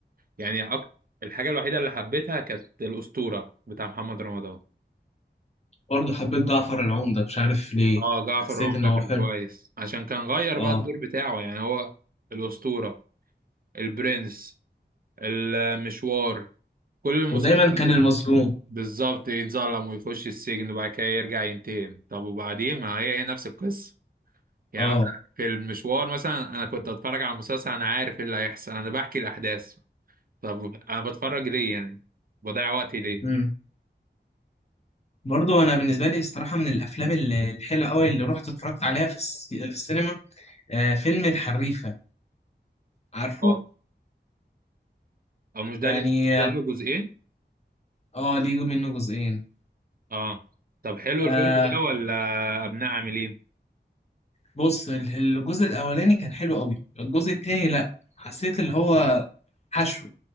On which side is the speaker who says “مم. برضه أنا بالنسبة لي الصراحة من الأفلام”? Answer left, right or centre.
Left